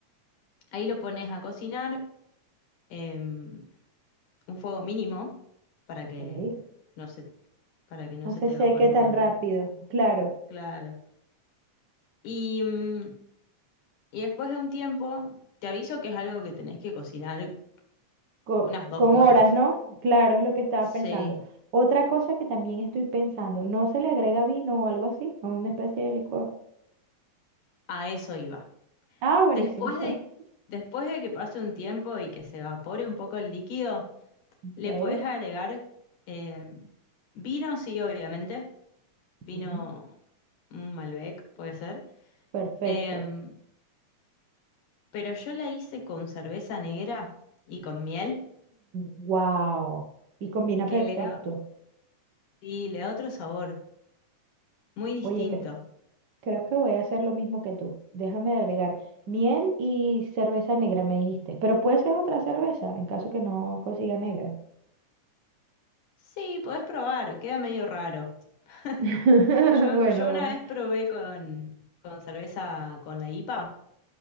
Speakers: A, on the left; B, on the right.
A: ahí lo pones a cocinar. em, un fuego mínimo para que
B: ok.
A: no se, para que no
B: No
A: se
B: se
A: te
B: seque
A: evapore
B: tan
A: tan
B: rápido, claro.
A: claro. Y, mm, y después de un tiempo, te aviso que es algo que tenés que cocinar
B: Co-
A: unas dos
B: Con,
A: horas.
B: horas, ¿no? Claro, es lo que estaba
A: Sí,
B: pensando. Otra cosa que también estoy pensando, ¿no se le agrega vino o algo así? ¿O una especie de licor?
A: a eso iba.
B: Ah, buenísimo.
A: Después
B: <laughs>
A: de, después de que pase un tiempo y que se evapore un poco el líquido, le
B: Ok,
A: podés agregar eh, vino, sí, obviamente. Vino,
B: mm,
A: un Malbec, puede ser.
B: Perfecto.
A: Em, Pero yo la hice con cerveza negra y con miel,
B: wow. Y combina
A: que
B: perfecto.
A: le da, sí, le da otro sabor, muy distinto.
B: Oye, cre- creo que voy a hacer lo mismo que tú. Déjame agregar miel y cerveza negra, me dijiste. Pero puede ser otra cerveza, en caso que no consiga negra.
A: Sí, podés probar, queda medio raro. <laughs>
B: <laughs>
A: Yo,
B: Bueno,
A: yo
B: vamos.
A: una vez probé con, con cerveza con la IPA.